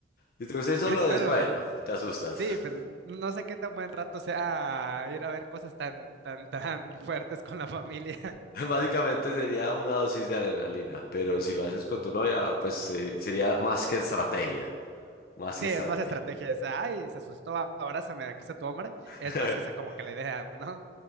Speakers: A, on the left; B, on the right.
A: Si te gusta ir solo,
B: Bueno.
A: es bueno, te asustas.
B: Sí, pues no sé qué tan buen rato sea ir a ver cosas tan, tan, tan <laughs> fuertes con la familia. <laughs>
A: <laughs> Básicamente sería una dosis de adrenalina, pero si lo haces con tu novia, pues se- sería más que estrategia. Más
B: Sí,
A: que estrategia.
B: es más estrategia, es, ay, se asustó, abrázame, aquí está tu hombre.
A: <laughs>
B: Es más que esa como que la idea, ¿no?